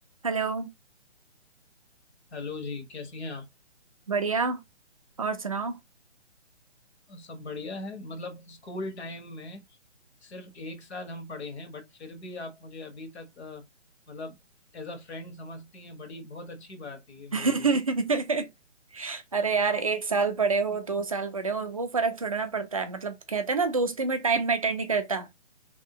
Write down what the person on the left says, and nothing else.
Hello जी कैसी हैं आप
सब बढ़िया है मतलब स्कूल टाइम में सिर्फ एक साल हम पढ़े हैं बट फिर भी आप मुझे अभी तक अ, मतलब एज अ फ्रेंड समझती हैं बड़ी बहुत अच्छी बात है ये मेरे
लिए